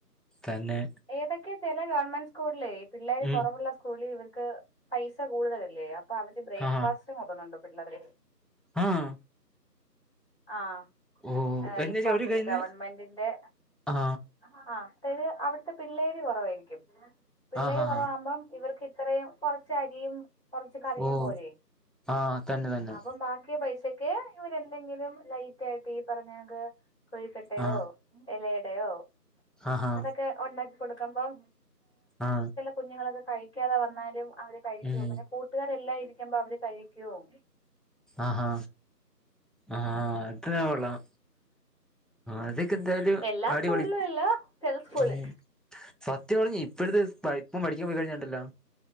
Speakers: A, in the centre; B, on the left (about 40°).
A: തന്നെ
B: ഏതൊക്കെ ചില ഗവൺമെന്റ് സ്കൂളിൽ ഈ പിള്ളേർ
A: ഉം
B: കുറവുള്ള സ്കൂള ഇവർക്ക് പൈസ കൂടുതലല്ലേ അപ്പൊ അവക്ക് ബ്രേക്ക്ഫാസ്റ്റ്
A: ആ
B: കൊണ്ടുവരുന്നുണ്ട് പിള്ളേരെ
A: ആഹ്
B: ആഹ്
A: ഓ എന്നുവെച്ചാ
B: ഇപ്പൊ ആ
A: ഒരു കൈന്ന്
B: ഗവൺമെന്റിന്റെ
A: ആ
B: ആഹ് അതായത് അവിടുത്തെ പിള്ളേരി കുറവായിരിക്കും പിള്ളേരി
A: ആ ഹാ
B: കുറവകുമ്പോം
A: ഹാ
B: ഇവർക്ക് അത്രയും കൊറച്ച അരിയും കൊറച്ച കറിയും
A: ഓ
B: പോരെ
A: ആ തന്നെ തന്നെ
B: അപ്പം ബാക്കിയ പൈസ ക്കെ ഇവരെന്തെങ്കിലും ലൈറ്റ് ആയിട്ട് പറഞ്ഞത് കോഴിക്കട്ടയോ
A: ആ
B: ഇലയടെയോ
A: ആ ഹാ
B: അതൊക്കെ ഉണ്ടാക്കി കൊടുക്കുമ്പോൾ
A: ആ
B: കുഞ്ഞുങ്ങളൊക്കെ കഴിക്കാതെ വന്നാലും അവര് കഴിക്ക
A: ഉം
B: പിന്നെ കൂട്ടുകാരെല്ലാം ഇരിക്കുമ്പോ അവര് കഴിക്കുവും
A: ആഹ് ആഹ് അത് കൊള്ളാം അത്‌ അതെന്തായാലും
B: എല്ലാ
A: അടിപൊളി
B: സ്കൂളിലും ഇല്ല ചില സ്കൂളിൽ
A: ഉം സത്യം പറഞ്ഞ് ഇപ്പഴത്തെ ഇപ്പം പഠിക്കാൻ പോയി കഴിഞ്ഞിണ്ടല്ലോ